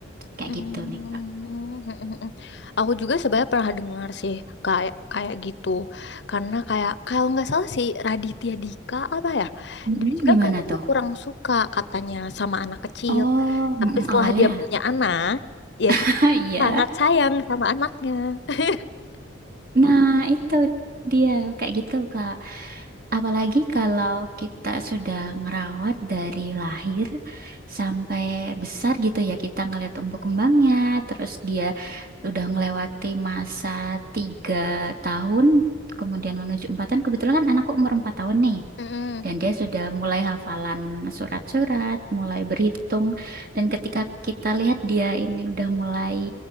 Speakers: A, on the right; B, on the left.
A: Kayak
B: Mm-mm.
A: gitu nih, Kak.
B: Mm-mm. Aku juga sebenarnya pernah dengar sih kayak kayak gitu. Karena kayak kalau nggak salah sih Raditya Dika apa ya?
A: Mm-mm,
B: Dia juga
A: gimana
B: katanya
A: tuh?
B: kurang suka katanya sama anak kecil.
A: Oh,
B: Tapi
A: mm-mm,
B: setelah
A: awalnya.
B: dia punya anak, ya
A: <laughs>
B: dia
A: Iya.
B: sangat sayang sama anaknya. <laughs>
A: Nah, itu dia. Kayak gitu, Kak. Apalagi kalau kita sudah ngerawat dari lahir sampai besar gitu ya, kita ngeliat tumbuh kembangnya, terus dia udah ngelewati masa tiga tahun, kemudian menuju empat tahun. Kebetulan kan anakku umur empat tahun nih.
B: Mm-mm.
A: Dan dia sudah mulai hafalan surat-surat, mulai berhitung. Dan ketika kita lihat dia ini udah mulai